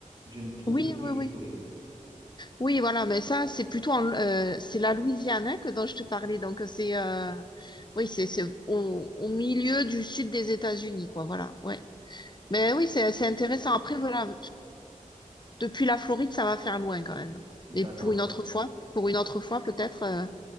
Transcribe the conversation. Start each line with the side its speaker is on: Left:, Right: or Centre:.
Right: j'aime trop
Left: Oui,
Right: ce qui est
Left: oui,
Right: historique.
Left: oui. Oui, voilà, mais ça, c'est plutôt en- euh, c'est la Louisiane hein, que dont je te parlais. Donc euh, c'est euh, oui, c'est c'est au, au milieu du sud des États-Unis, quoi. Voilà, ouais. Mais oui, c'est c'est intéressant. Après, voilà, depuis la Floride, ça va faire loin quand même.
Right: D'accord.
Left: Mais pour une autre fois, pour une autre fois peut-être. euh,